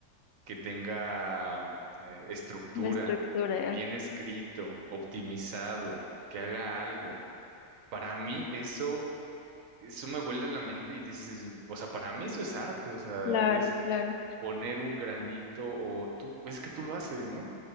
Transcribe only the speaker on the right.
que tenga eh, estructura,
bien
escrito, optimizado, que haga algo. Para mí eso, eso me vuela la mente y dices, o sea, para mí eso es arte, o sea,
es
poner un granito o tú, es que tú lo haces, ¿no?